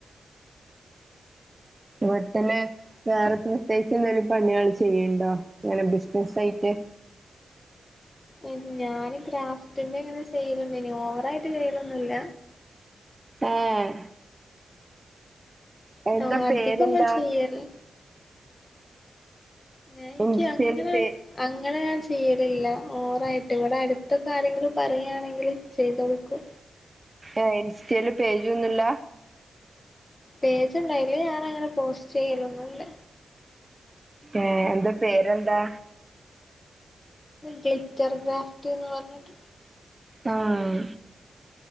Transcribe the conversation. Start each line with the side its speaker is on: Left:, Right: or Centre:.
Right: ഇവട്ത്തന്നെ വേറെ പ്രത്യേയിച്ച് എന്തെലും പണ്യാൾ ചെയ്യ്ണ്ടോ ഇങ്ങനെ ബിസ്നസായ്റ്റ്.
Left: ഇദ് ഞാന് ഗ്രഫ്റ്റ്ന്റെ ഇങ്ങനെ ചെയ്യലണ്ട്യ്നി ഓവറായ്റ്റ് ചെയ്യലൊന്നുല്ല.
Right: ആഹ് എന്താ
Left: ആഹ്
Right: പേരെന്താ
Left: അധികൊന്നും ചെയ്യല്. ഏഹ് ഇൻക്ക്
Right: ഇൻസ്റ്റയില്
Left: അങ്ങനെ
Right: പേ
Left: അങ്ങനെ ഞാൻ ചെയ്യലില്ല ഓവറായിട്ട് ഇവിടെ അടുത്തൊക്കെ ആരെങ്കിലും പറയാണെങ്കിൽ ചെയ്ത് കൊടുക്കും
Right: ഏഹ് ഇൻസ്റ്റൽ പേജ് ഒന്നുല്ല
Left: പേജ് ഇണ്ട് അയ്ല് ഞാൻ അങ്ങനെ പോസ്റ്റ് ചെയ്യലൊന്നൂല്ല
Right: ഏഹ് എന്താ പേരെന്താ
Left: ഗ്ലിറ്റർ ഗ്രാഫ്റ്റ് എന്ന് പർഞ്ഞിട്ട്
Right: ആഹ്